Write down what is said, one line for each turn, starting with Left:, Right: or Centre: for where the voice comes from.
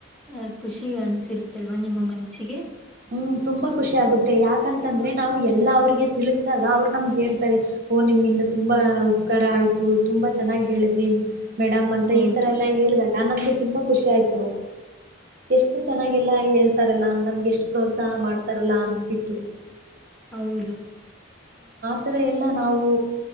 Centre: ಅಹ ಖುಷಿ ಅನ್ಸಿರುತ್ತಲ್ವಾ ನಿಮ್ಮ ಮನ್ಸಿಗೆ
Right: ಹ್ಮ್ ತುಂಬಾ ಖುಷಿ ಆಗುತ್ತೆ ಯಾಕಂತಂದ್ರೆ ನಾವು ಎಲ್ಲಾ ಅವ್ರಿಗೆ ತಿಳಿಸ್ದಾಗ ಅವ್ರರು ನಮ್ಗೆ ಹೇಳ್ತಾರೆ ಓ ನಿಮಗಿಂದ ತುಂಬಾ ಉಪಕಾರ ಆಯ್ತು ತುಂಬಾ ಚೆನ್ನಾಗ್ ಹೇಳಿದ್ರಿ ಮೇಡಮ್ ಅಂತ
Centre: ಹೌದು
Right: ಈ ತರ ಎಲ್ಲಾ ಹೇಳಿದಾಗ ನಮ್ಗೆ ತುಂಬಾ ಖುಷಿ ಆಯ್ತು ಎಷ್ಟು ಚೆನ್ನಾಗಿಲ್ಲ ಹೇಳ್ತಾರಲ್ಲ ನಮ್ಗೆ ಎಷ್ಟು ಪ್ರೋತ್ಸಾಹ ಮಾಡ್ತಾರಲ್ಲಾ ಅನ್ಸ್ತಿತ್ತು.
Centre: ಹೌದು
Right: ಆರ ಎಲ್ಲ ನಾವು